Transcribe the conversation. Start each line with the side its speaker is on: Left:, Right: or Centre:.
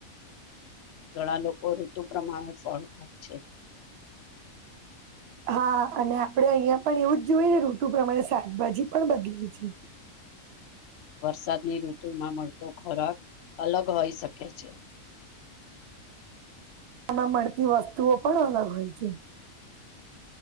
Left: ઘણા લોકો ઋતુ પ્રમાણે ફળ ખાય છે.
Right: હા અને આપણે અહિયાં પણ એવુંજ જોયએને ઋતુ પ્રમાણે શાકભાજી પણ બદલાય છે.
Left: વરસાદની ઋતુમાં મળતો ખોરાક અલગ હોઈ શકે છે.
Right: આમા મળતી વસ્તુઓ પણ અલગ હોય છે.